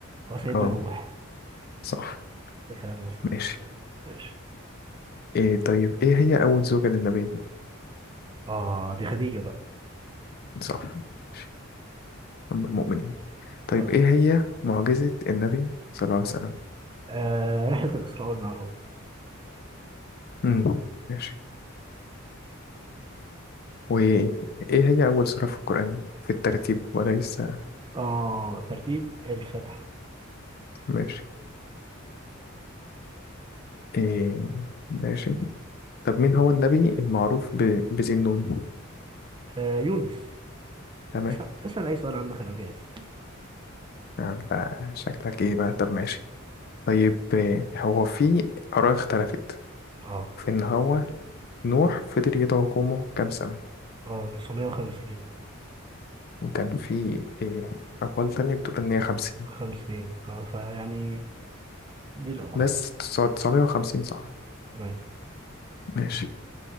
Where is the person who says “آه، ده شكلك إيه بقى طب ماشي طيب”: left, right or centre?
Left